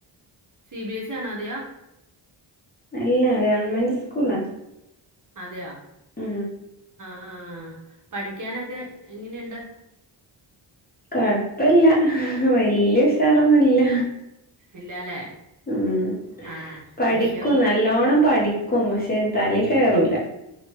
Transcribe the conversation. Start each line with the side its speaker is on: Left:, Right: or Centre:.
Right: സി ബി എസ് സി ആണോ അതെയൊ-
Left: അല്ലാ ഗവൺമെന്റ് സ്കൂളാ.
Right: അതെയൊ.
Left: ഉം
Right: ആഹ് പഠിക്കാനൊക്കെ എങ്ങനെയുണ്ട്..
Left: കൊഴപ്പല്ല വല്ല്യ ഉഷാറൊന്നുല്ല.
Right: ഇല്ലാല്ലേ
Left: മ്മ്
Right: ആഹ്
Left: പഠിക്കും
Right: പക്ഷെ
Left: നല്ലോണം പഠിക്കും പക്ഷെ തലേ കേറൂല